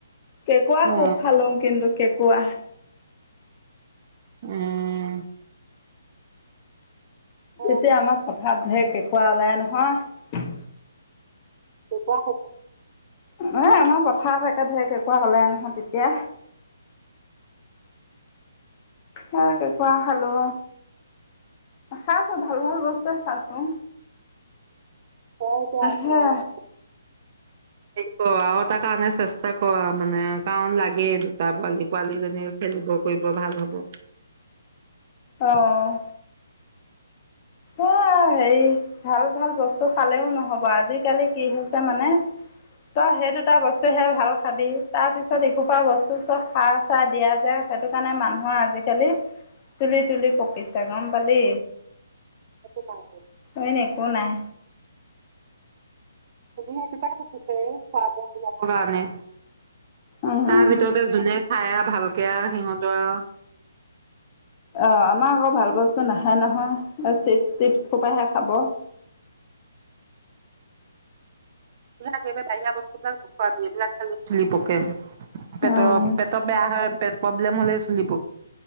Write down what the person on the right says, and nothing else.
অ
উম ক
কেঁকোৱা
তই এতিয়া আহ
সেই কৰ আও এটাৰ কাৰণে চেষ্টা কৰ মানে কাৰণ লাগেই দুটা পোৱালি পোৱালিজনীৰ খেলিব কৰিব ভাল হ'ব
এইটো পাই
কাৰণে
তাৰ
ভিতৰতে যোনে খাই আৱ ভালকে আৱ সিহঁতৰ আৱ
পুৰা একেবাৰে বাহিৰা বস্তুবিলাক নোখোৱাবি এইবিলাক খালে চুলি পকে
পেট পেট বেয়া হয় পেট প্ৰব্লেম হ'লে চলিব